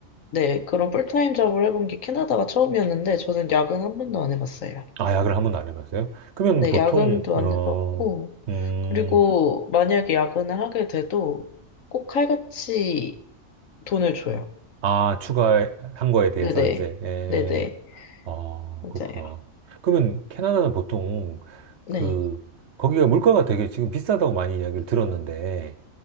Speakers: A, on the left; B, on the right.
A: 네, 그런 풀타임 잡을 해본 게 캐나다가 처음이었는데, 저는 야근 한 번도 안 해봤어요.
B: 아, 야근을 한 번도 안 해봤어요? 그러면
A: 네,
B: 보통
A: 야근도
B: 어,
A: 안 해봤고,
B: 음,
A: 그리고 만약에 야근을 하게 돼도 꼭 칼같이 돈을 줘요.
B: 아, 추가한 거에 대해서
A: 네네,
B: 이제 에,
A: 네네,
B: 아,
A: 맞아요.
B: 그렇구나. 그러면 캐나다는 보통
A: 네,
B: 그, 거기가 물가가 되게 지금 비싸다고 많이 이야기를 들었는데,